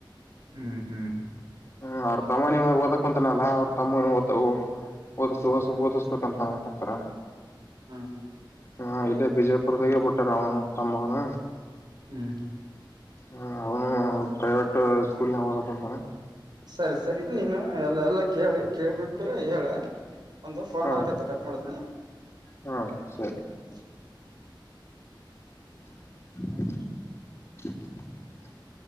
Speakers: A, on the right (about 55°); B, on the left (about 30°).
A: ಹ್ಮ್ ಹ್ಮ್
B: ಹ್ಮ ಅವ್ರ ತಮ್ಮ ನಿಮಾಗ ಓದಕೊಂತನಲ್ಲ ಅವ್ರ ತಮ್ಮ ಓ ಓದಿಸ ಓದ ಓದಿಸ್ಬೇಕಂತ ಕೊಂತರ
A: ಹ್ಮ್
B: ಹಾ ಇಲ್ಲೇ ಬಿಜಾಪುರದಾಗೆ ಬಿಟ್ಟಾರ ಅವ್ನ ತಮ್ಮಗನ
A: ಹ್ಮ್ ಹ್ಮ್
B: ಹ ಅವನು ಪ್ರೈವೇಟ್ ಸ್ಕೂಲ್ನಾಗ್ ಓದಕಂತಾನ
A: ಸರಿ ಸರಿ ನೀನು ಎಲ್ಲ ಎಲ್ಲಾ ಕೇಳಿ ಕೇಳ್ಬಿಟ್ಟು ಹೇಳ ಒಂದು ಫೋನ್
B: ಹಾ
A: ಬರಕೈತ ಕಟ್ ಮಾಡ್ತಿನಿ
B: ಹಾ ಸರಿ
A: <inaudible>
B: <unintelligible>